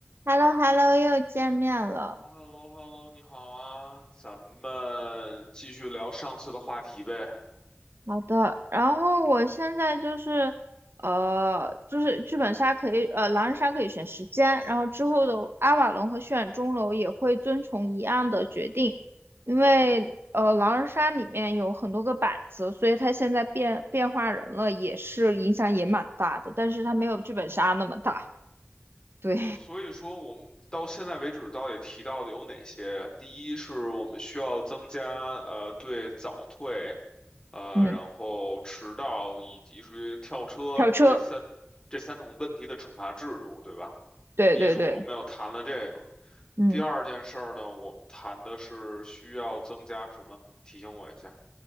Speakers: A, on the right; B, on the left.
A: h e l l o h e l l o 又见面了。
B: 哈 h e l l 你好啊，咱们继续聊上次的话题呗。
A: 好的，然后我现在就是，呃，就是剧本杀可以，呃，狼人杀可以选时间，然后之后的阿瓦隆和血染钟楼也会遵从一样的决定，因为呃，
B: 对，
A: 狼人杀里面有很多个板子，所以它现在变变化人了，也是影响也蛮大的，但是它没有剧本杀那么大。对，
B: 就所以说，我们到现在为止到底提到的有哪些？第一是我们需要增加呃对早退，呃，
A: <laughs> 嗯，
B: 然后迟到以及属于跳车这三这三种问题的惩罚制度，
A: 跳车，
B: 对吧？
A: 对对对，
B: 第一是我们有谈了这个，
A: 嗯。
B: 第二件事儿呢，我们谈的是需要增加什么？提醒我一下。